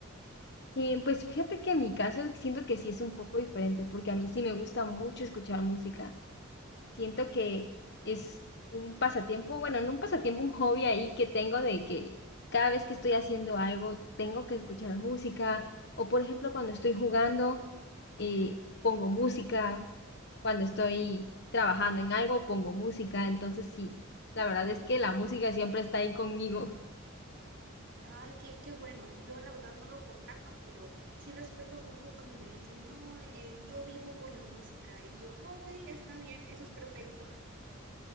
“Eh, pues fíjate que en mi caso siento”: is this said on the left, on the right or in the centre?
Left